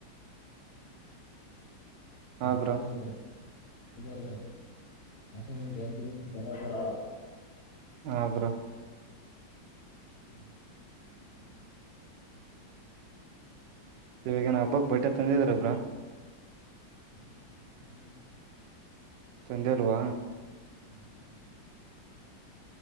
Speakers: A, on the right (about 75°); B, on the left (about 60°).
A: ಹಾ
B: ಮಸ್ತ್
A: ಬ್ರೋ
B: ಬರ್ದರು ಬರ್ದರು <unintelligible> ಚಲೋ ಬರದ್ರು
A: ಹಾ ಬ್ರೋ
B: <unintelligible>
A: ಇವಾಗೇನ್ ಹಬ್ಬಕ್ಕೆ ಬಟ್ಟೆ ತಂದಿದೀರಾ ಬ್ರೋ
B: <unintelligible>
A: ತಂದ್ಯಾಲ್ವ
B: ಹ್ಮ್ ಹ್ಮ್ ತಂದಿಲ್ಲ